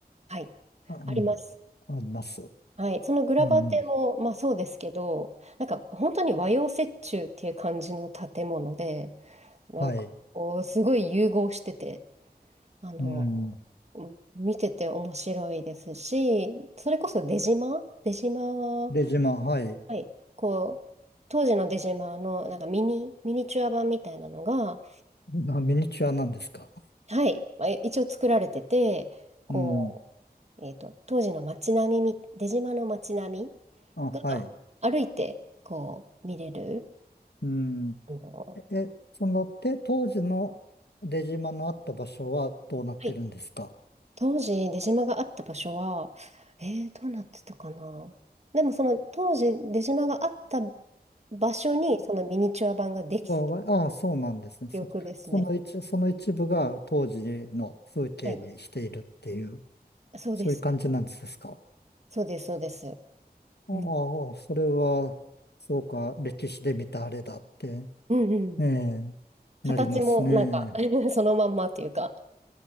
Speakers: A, on the right; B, on the left.
A: はい。
B: あうん、
A: あります。
B: あります。
A: はい。そのグラバテも、
B: うん、
A: まあそうですけど、なんか本当に和洋折衷っていう感じの建物で、なんかこう、
B: はい。
A: すごい融合してて、あの、
B: うん。
A: 見てて面白いですし、それこそ出島、出島は、
B: で、自はい。
A: はい、こう、当時の出島のなんかミニ、ミニチュア版みたいなのが、
B: あ、ミニチュアなんですか。
A: はい、まあ一応作られてて、こ
B: うん。
A: う、えっと、当時の街並みみ、出島の街並み
B: あ、
A: が歩いてこう見れる、
B: はい。うん。
A: あの、
B: え、えその、て、当時の出島のあった場所はどうなってるんですか
A: はい当時、出島があった場所は、えー、どうなってたかな。でも、その当時、出島があった場所に、そのミニチュア版ができた
B: わああ、そうなんですね。そ、
A: 記憶ですね。
B: その一、その一部が当時の風景にしているっていう、
A: はい。そうです。
B: そういう感じなんですか。
A: そうです、そうです。
B: ああ、
A: うん。
B: それは、そうか、歴史で見たあれだって、
A: うんうん。
B: ええ、
A: 形も、
B: なりますね。
A: なんか <laughs> そのまんまというか、